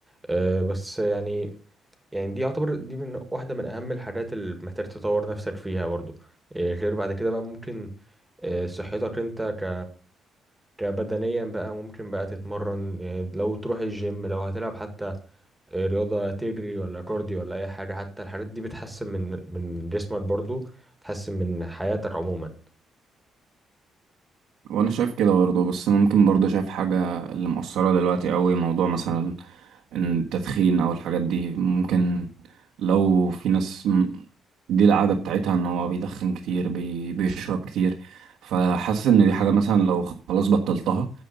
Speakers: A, in the centre; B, on the right.
A: آه، بس يعني يعني دي يعتبر دي من واحدة من أهم الحاجات اللي محتاج تطور نفسك فيها برضو آه، غير بعد كده بقى ممكن آه، صحتك انت ك... كبدنيا بقى ممكن بقى تتمرن يعني لو تروح الجيم لو هتلعب حتى آه، رياضة تجري ولا كارديو ولا اي حاجة حتى الحاجات دي بتحسن من من جسمك برضو بتحسن من حياتك عموما
B: وانا شايف كده برضو بس ممكن برضو شايف حاجة اللي مؤثرة دلوقتي قوي موضوع مثلا التدخين او الحاجات دي ممكن لو في ناس م- دي العادة بتاعتها ان هو بيدخن كتير بي بيشرب كتير فحاسس ان دي حاجة مثلا لو خلاص بطلتها